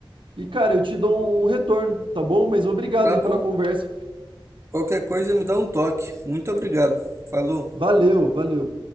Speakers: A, on the right; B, on the right.
A: e, cara, eu te dou um retorno, tá bom? Mas obrigado
B: Tá
A: aí
B: bom.
A: pela conversa.
B: Qualquer coisa me dá um toque. Muito obrigado. Falou.
A: Valeu, valeu.